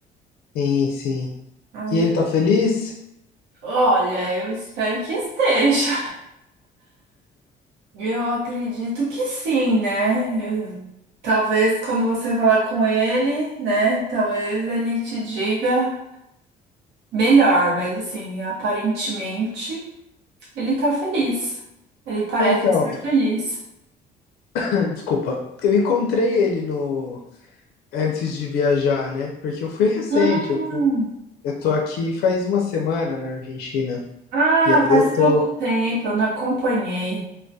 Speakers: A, on the left; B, on the right.
A: Sim, sim.
B: Aí
A: E ele
B: eu,
A: tá feliz?
B: olha, eu espero que esteja. Eu acredito que sim, né? Eu- Talvez quando você falar com ele, né? Talvez ele te diga melhor, mas assim, aparentemente. Ele tá feliz. Ele parece
A: Então,
B: estar feliz.
A: <clears throat> Desculpa. Eu encontrei ele no antes de viajar, né? Porque eu fui recente.
B: Hum.
A: Eu, fui- eu tô aqui faz uma semana na Argentina.
B: Ah,
A: E aí
B: faz
A: eu tô
B: pouco tempo, eu não acompanhei.